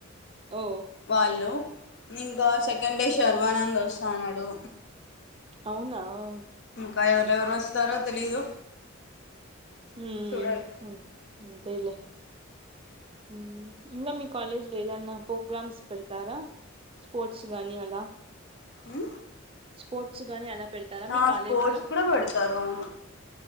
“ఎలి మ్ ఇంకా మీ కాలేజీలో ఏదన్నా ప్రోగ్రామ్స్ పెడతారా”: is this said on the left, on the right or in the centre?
Right